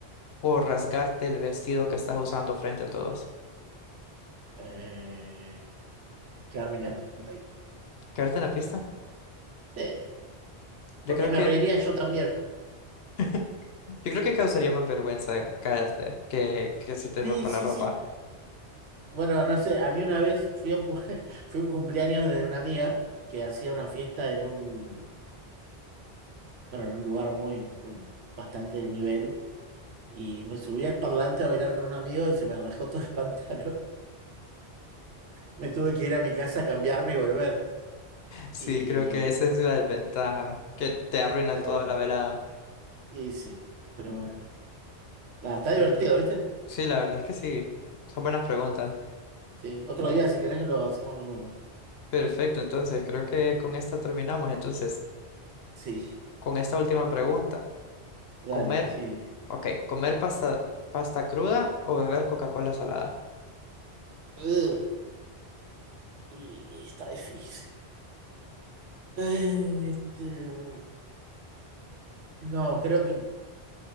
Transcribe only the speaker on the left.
o rasgarte el vestido que estás usando frente a todos.
Caerte en la pista.
Yo
creo
que,
<laughs> yo creo que causaría más vergüenza caerte que que se te
rompa
la ropa.
Sí,
creo que esa es la desventaja, que te arruina
toda
la velada.
Sí,
Sí, la verdad es que sí. Son buenas preguntas.
Perfecto, entonces creo que con esta terminamos. Entonces,
con esta última pregunta,
comer,
ok, comer pasta, pasta cruda o beber Coca-Cola salada.